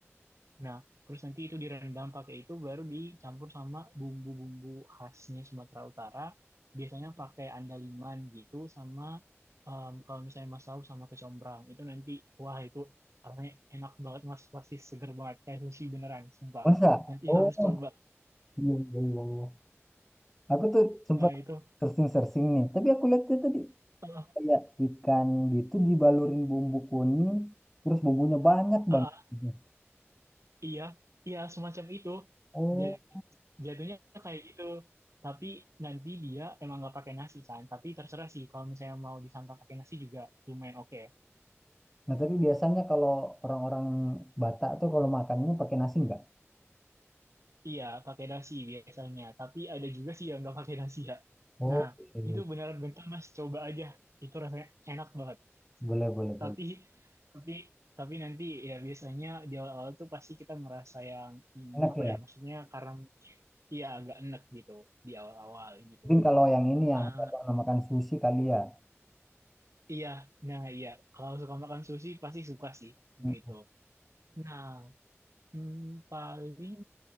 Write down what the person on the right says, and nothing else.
nah terus nanti itu direndam pakai itu baru dicampur sama bumbu-bumbu khasnya Sumatera Utara biasanya pakai andaliman gitu sama em, kalau misalnya mas tahu sama kecombrang itu nanti wah itu rasanya enak banget mas pasti seger banget kayak sushi beneran sumpah
nanti
harus coba
nah itu
Eh,
eh,
Iya, iya semacam itu.
Jadi jatuhnya kayak gitu. Tapi nanti dia emang nggak pakai nasi kan. Tapi terserah sih kalau misalnya mau disantap pakai nasi juga lumayan oke.
Iya, pakai nasi biasanya. Tapi ada juga sih yang nggak pakai nasi ya.
Nah,
itu beneran bentar mas, coba aja. Itu rasanya enak banget.
Tapi, tapi, tapi nanti ya biasanya di awal-awal tuh pasti kita merasa yang hmm,
apa
ya? Maksudnya karena iya agak enek gitu di awal-awal gitu.
Ah,
Iya, nah iya. Kalau suka makan sushi pasti suka sih,
gitu. Nah, hmm, paling